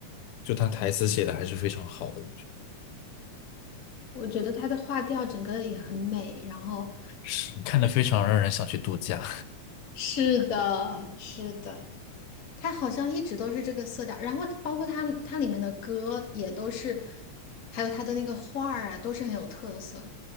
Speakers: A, on the left (about 85°); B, on the left (about 45°).
A: 就他台词写的还是非常好的，我觉得
B: 我觉得他的画调整个也很美，然后
A: 是看的非常让人想去度假。
B: 是的，是的，他好像一直都是这个色调，然后包括他他里面的歌也都是，还有他的那个画儿啊，都是很有特色。